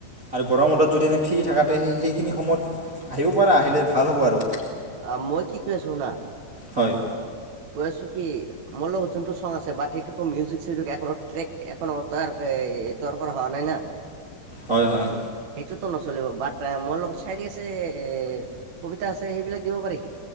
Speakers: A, on the right (about 25°); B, on the right (about 60°).
A: আৰু গৰম বন্ধত যদি এনে ফ্ৰী থাকা, তে, হে সেইখিনি সময়ত আহিব পাৰা, আহিলে ভাল হ'ব আৰু।
B: আ, মই কি কৈ আছোঁ শুনা।
A: হয়।
B: কৈ আছোঁ কি মোৰ লগ যোনটো চং আছে বাট, সেইটোতো মিউজিক চিউজিক একোটো ট্ৰেক, এখনো তৈয়াৰ ক এই তৈয়াৰ কৰা হোৱা নাই না।
A: হয়, হয়।
B: সেইটোতো নচলিব বাট, মোৰ লগত চায়েৰী আছে, এ কবিতা আছে সেইবিলাক দিব পাৰি।